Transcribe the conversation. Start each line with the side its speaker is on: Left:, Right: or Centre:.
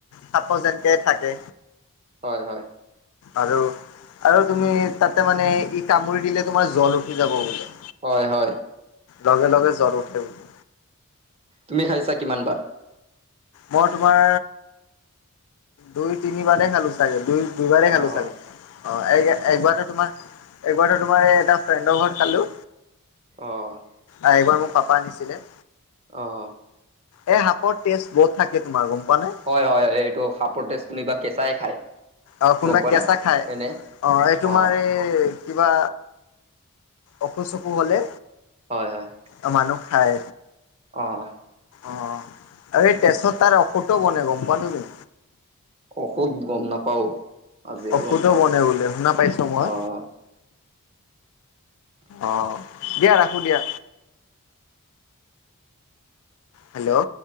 Left: সাপো যেনেকে থাকে।
Right: হয়-হয়।
Left: আৰু আৰু তুমি তাতে মানে ই কামুৰি দিলে তোমাৰ জ্বৰ উঠি যাব বোলে।
Right: হয় হয়।
Left: লগে লগে জ্বৰ উঠে বোলে।
Right: তুমি খাইছা কিমান বাৰ?
Left: মই তোমাৰ দুই তিনিবাৰে খালো। চাগে দুই দুইবাৰেই
Right: অ',
Left: খালোঁ চাগে অ' একবাৰটো তোমাৰ এবাৰটো তোমাৰ এই এটা ফ্ৰেণ্ডৰ ঘৰত খালোঁ
Right: অ'
Left: আৰু এইবাৰ মোৰ পাপা আনিছিলে।
Right: অঁ
Left: এ সাপৰ তেজ বহুত থাকে তোমাৰ গম পোৱা নে?
Right: হয় হয়, এইটো সাপৰ তেজ খিনি বা কেঁচাই খায়।
Left: অ কোনোবা
Right: গম পোৱা
Left: কেঁচা
Right: নে
Left: খাই
Right: এনে
Left: অঁ এই তোমাৰ
Right: অ',
Left: এই কিবা অসু চসু হ'লে
Right: হয় হয়।
Left: অ মানুহ খাই,
Right: অঁ
Left: অঁ, আৰু এই তেছত তাৰ ঔষধ টো বনে গম পোৱা তুমি?
Right: ঔষধ গম নাপাও আজিহে
Left: ঔষধো
Right: গম পালো,
Left: বনে বোলে শুনা পাইছো মই।
Right: অঁ অঁ
Left: অঁ দিয়া ৰাখো দিয়া। হেল্লো'